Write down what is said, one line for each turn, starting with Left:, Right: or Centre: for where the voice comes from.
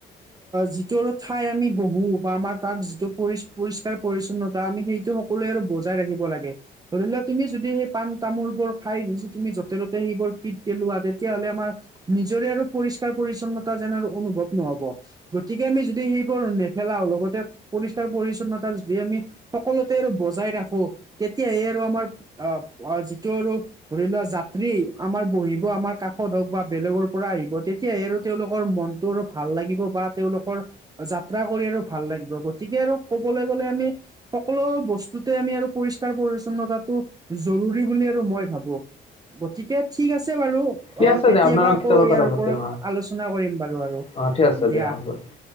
Right: যিটো আৰু ঠাই আমি বহো বা আমাৰ তাৰ যিটো পৰি পৰিষ্কাৰ পৰিছন্নতা আমি সেইটো সকলোৱে আৰু বজাই ৰাখিব লাগে। ধৰি লোৱা তুমি যদি সেই পাণ তামোল বোৰ খাই তুমি য'তে ত'তে, সেইবোৰ পিট পেলোৱা তেতিয়াহ'লে আমাৰ নিজৰে আৰু পৰিষ্কাৰ পৰিচ্ছন্নতা যেন আৰু অনুভৱ নহব। গতিকে আমি যদি সেইবোৰ নেপেলাওঁ, লগতে পৰিষ্কাৰ পৰিচ্ছন্নতা যদি আমি সকলোতে আৰু বজাই ৰাখো, তেতিয়াহে আৰু আমাৰ আহ যিটো আৰু ধৰি লোৱা যাত্ৰী আমাৰ বহিব, আমাৰ কাষত হওক বা বেলেগৰ পৰা আহিব, তেতিয়াহে আৰু তেওঁলোকৰ মন তোৰ আৰু ভাল লাগিব বা তেওঁলোকৰ যাত্ৰা কৰি আৰু ভাল লাগিব। গতিকে আৰু ক'বলৈ গ'লে আমি সকলো বস্তুতে আমি আৰু পৰিষ্কাৰ পৰিচ্ছন্নতা টো জৰুৰী বুলি আৰু মই ভাবো। গতিকে ঠিক আছে বাৰু অ
Left: ঠিক আছে
Right: কেতিয়াবা
Left: দে আপোনালোক
Right: আকৌ ইয়াৰ
Left: কথা
Right: ওপৰত
Left: পাতিম
Right: আলোচনা কৰিম বাৰু আৰু
Left: অ ঠিক আছে
Right: দিয়া।
Left: হ'ব